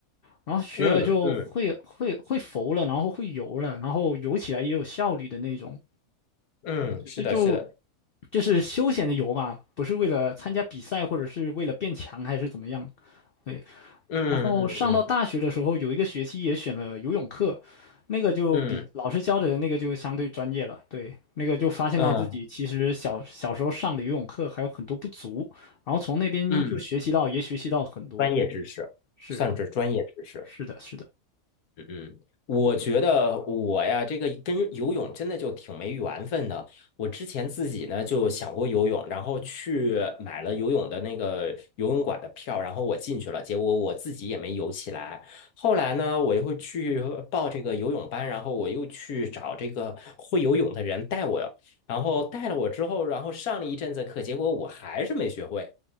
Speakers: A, on the left; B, on the left.
A: 然后学了就会会会浮了，
B: 嗯嗯
A: 然后会游了，然后游起来也有效率的那种，
B: 嗯，
A: 只是就
B: 是的，是的。
A: 就是休闲的游嘛，不是为了参加比赛或者是为了变强还是怎么样。对。
B: 嗯嗯嗯
A: 然后上到大学的时候，有一个学期也选了游泳课，那个就比老师教的那个就相对专业了。
B: 嗯
A: 对，那个就发现到自己其实小小时候上的游泳课还有很多不足，
B: 嗯
A: 然后从那边就学习到，
B: 嗯。
A: 也学习到很多。
B: 专业知识，
A: 是
B: 算是专业知识。
A: 是的，是的，
B: 嗯，我觉得我呀，这个跟游泳真的就挺没缘分的。我之前自己呢就想过游泳，然后去买了游泳的那个游泳馆的票，然后我进去了，结果我自己也没游起来。后来呢，我又去报这个游泳班，然后我又去找这个会游泳的人带我，然后带了我之后，然后上了一阵子课，结果我还是没学会。